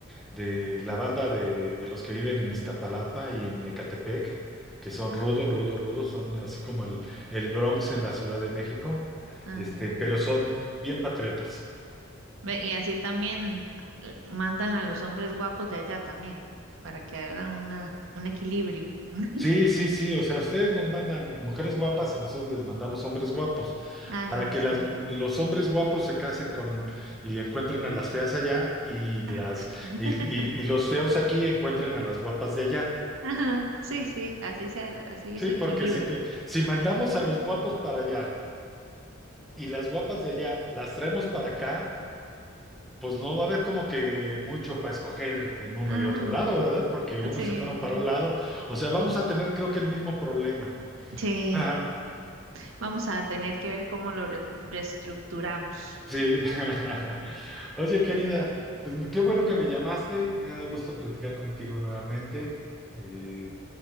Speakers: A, in the centre; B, on the right (about 75°).
A: de la banda de, de los que viven en Iztapalapa y en Ecatepec, que son rudos, rudos, rudos. Son así como el, el Bronx en la Ciudad de México.
B: A
A: Este,
B: ver.
A: pero son bien patriotas.
B: Ve, y así también eh, mandan a los hombres guapos de allá también, para que hagan una, un equilibrio. <laughs>
A: Sí, sí, sí, o sea, ustedes nos mandan mujeres guapas y nosotros les mandamos hombres guapos,
B: A
A: para
B: ver,
A: que
B: sí.
A: las, los hombres guapos se casen con y encuentren a las feas allá y las
B: <laughs>
A: y, y- y los feos aquí encuentren a las guapas de allá.
B: Ajá, sí, sí, así se, ha- así
A: Sí,
B: se
A: porque
B: equilibra.
A: si te, si mandamos a los guapos para allá y las guapas de allá las traemos para acá, pues no va a haber como que mucho para escoger en uno
B: Ah,
A: y otro lado, ¿verdad? Porque unos
B: sí,
A: se fueron para un lado, o sea, vamos a tener creo que el mismo problema.
B: sí.
A: <laughs>
B: Vamos a tener que ver cómo lo re- reestructuramos.
A: Sí. <laughs> Oye, querida, pues qué bueno que me llamaste. Me da gusto platicar contigo nuevamente. Eh,